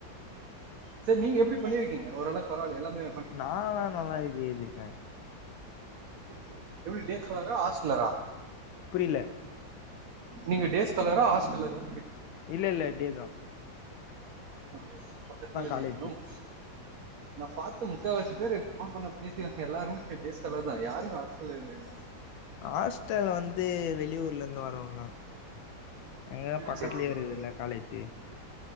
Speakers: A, on the right; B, on the left.
A: செரி நீங்க எப்டி பண்ணிருக்கீங்க ஓரளவுக்கு பரவால்லையா எல்லாமே
B: நான்லா நல்லா இது எழுதிருக்க
A: சேர் சேரி எப்டி டேஸ்க்காலாரா ஆஸ்ட்லரா
B: புரில
A: நீங்க டேஸ்காலரா ஆஸ்டலரா
B: இல்ல இல்ல டே தா
A: ஓகே பக்கத்துல இருந்தே
B: காலேஜு
A: ம் நா பாத்த முக்காவாசி பேரு ஃபோன் பண்ண பேசினவங்க எல்லாருமே டேஸ்காலர் தா யாருமே ஆஸ்டலறு இல்ல
B: ஆஸ்டல் வந்து வெளியூர்ல இருந்து வரவங்க தா எங்க பக்கத்துலயே
A: சேரி சேரி
B: இருக்குதுல்லா காலேஜி